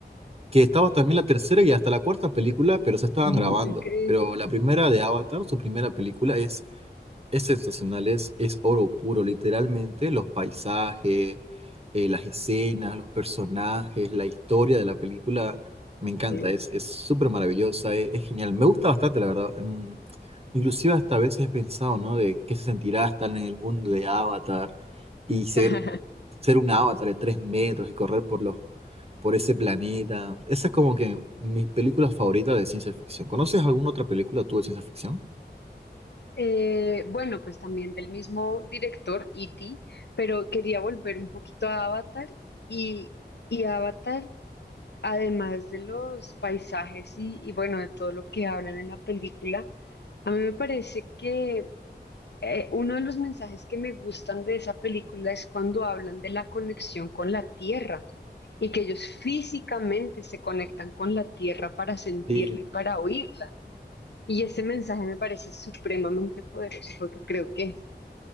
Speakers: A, on the right; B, on the left.
A: que estaba también la tercera y hasta la cuarta película, pero se estaban
B: No
A: grabando.
B: te crees.
A: Pero la primera de Avatar, su primera película, es, es sensacional, es, es oro puro, literalmente, los paisajes, eh, las escenas, los personajes, la historia de la película, me encanta,
B: Eh,
A: es, es súper maravillosa, es, es genial, me gusta bastante, la verdad. Mm, Inclusive hasta a veces he pensado, ¿no? De qué se sentirá estar en el mundo de Avatar y ser,
B: <laughs>
A: ser un avatar de tres metros y correr por los por ese planeta. Esa es como que mis películas favoritas de ciencia ficción. ¿Conoces alguna otra película tú de ciencia ficción?
B: Eh, bueno, pues también del mismo director, E.T., pero quería volver un poquito a Avatar y, y Avatar, además de los paisajes y, y bueno, de todo lo que hablan en la película, a mí me parece que eh, uno de los mensajes que me gustan de esa película es cuando hablan de la conexión con la tierra y que ellos físicamente se conectan con la tierra para sentirla
A: Sí,
B: y para oírla. Y ese mensaje me parece supremamente poderoso porque creo que,